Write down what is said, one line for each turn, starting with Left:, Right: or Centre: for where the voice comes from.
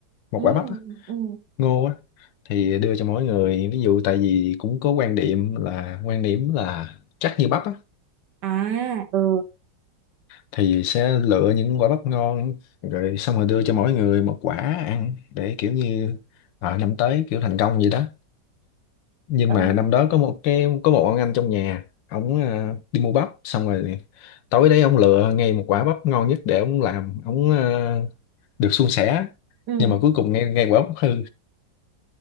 Left: một
Right: ừ.
Left: quả bắp á.
Right: Ừ.
Left: ngô á, thì đưa cho mỗi người ví dụ tại vì cũng có quan điểm là quan điểm là chắc như bắp á
Right: à ừ
Left: thì sẽ lựa những quả bắp ngon rồi xong rồi đưa cho mỗi người một quả ăn để kiểu như ở năm tới kiểu thành công vậy đó nhưng
Right: ừ,
Left: mà năm đó có một cái có một ông anh trong nhà ổng à, đi mua bắp xong rồi tối đấy ông lựa ngay một quả bắp ngon nhất để ông làm ông à, được suôn sẻ
Right: ừ.
Left: nhưng mà cuối cùng ngay ngay quả bắp hư